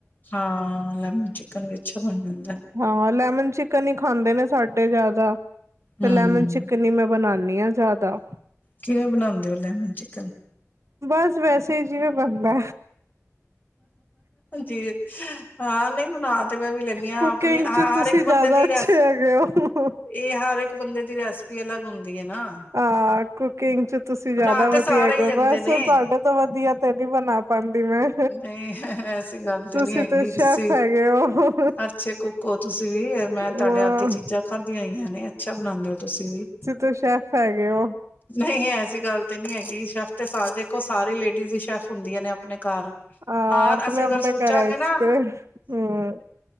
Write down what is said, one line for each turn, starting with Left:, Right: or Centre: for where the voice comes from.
Left: ਹਾਂ ਲੈਮਨ ਚਿਕਨ ਵੀ ਅੱਛਾ ਬਣ ਜਾਂਦਾ।
Right: ਹਾਂ ਲੈਮਨ ਚਿਕਨ ਈ ਖਾਂਦੇ ਨੇ ਸਾਡੇ ਜਿਆਦਾ,
Left: ਹੂੰ
Right: ਤੇ ਲੈਮਨ ਚਿਕਨ ਹੀ ਮੈਂ ਬਨਾਨੀ ਆ <unintelligible> ਜ਼ਿਆਦਾ।
Left: ਕਿਵੇਂ ਬਣਾਦੇਂ ਓ ਲੈਮਨ ਚਿਕ ਕਨ।
Right: ਬਸ ਵੈਸੇ ਈ ਜਿਵੇਂ ਬਣਦਾ
Left: ਜੀ ਹਾਂ ਨਹੀਂ ਬਣਾ ਤੇ ਮੈਂ ਵੀ ਲੈਂਦੀ ਹਾਂ
Right: ਕੁਕਿੰਗ
Left: ਆਪਣੀ ਹਰ
Right: ਚ ਤੁਸੀਂ
Left: ਇੱਕ ਬੰਦੇ
Right: ਜ਼ਆਦਾ
Left: ਦੀ
Right: ਅੱਛੇ
Left: ਰੈਸ
Right: ਹੈਗੇ ਹੋ।
Left: ਇਹ ਹਰ ਇੱਕ ਬੰਦੇ ਦੀ ਰੈਸਪੀ ਅਲੱਗ ਹੁੰਦੀ ਹੈ ਨਾ
Right: ਆ ਕੁਕਿੰਗ ਚ ਤੁਸੀਂ ਜ਼ਆਦਾ
Left: ਬਣਾ
Right: ਵਧੀਆ
Left: ਤੇ ਸਾਰੇ
Right: ਹੈਗੇ
Left: ਹੀ
Right: ਹੋ,
Left: ਲੈਂਦੇ
Right: ਬਸ
Left: ਨੇ
Right: ਤੁਆਡੇ ਤੋਂ ਵਧੀਆ ਤੇ ਨਈਂ ਬਣਾ ਪਾਂਦੀ ਮੈਂ
Left: ਨਈ ਐਸੀ ਗੱਲ ਤੇ
Right: ਤੁਸੀਂ
Left: ਨੀ ਹੈਗੀ
Right: ਸ਼ੈਫ
Left: ਤੁਸੀਂ,
Right: ਹੈਗੇ ਹੋ।
Left: ਅੱਛੇ ਕੁਕ ਓ ਤੁਸੀਂ ਵੀ ਮੈਂ
Right: ਅ
Left: ਤੁਆਡੇ ਹਥ ਦੀ ਚੀਜ਼ਾਂ ਖਾਧੀਆਂ <unintelligible> ਨੇ ਅੱਛਾ ਬਣਾਂਦੇ ਓ ਤੁਸੀਂ ਵੀ,
Right: ਤਾਂ ਸ਼ੈਫ ਹੈਗੇ ਹੋ।
Left: ਨਈਂ ਐਸੀ ਗੱਲ ਤੇ ਨੀ ਹੈਗੀ ਸ਼ੈਫ ਤੇ ਸਾਡੇ ਕੋਲ ਸਾਰੇ ਲੇਡੀਜ਼ ਈ ਸ਼ੈਫ ਹੁੰਦੀਆਂ ਨੇ ਆਪਣੇ ਘਰ
Right: ਆ
Left: ਹਾਰ
Right: ਆਪਣੇ
Left: ਅਸੀਂ
Right: ਆਪਣੇ
Left: ਅਗਰ ਸੋਚਾਂਗੇ
Right: ਘਰਾਂ ਵਿੱਚ
Left: ਨਾ
Right: ਤੇ, ਹੰਮ੍ਹ।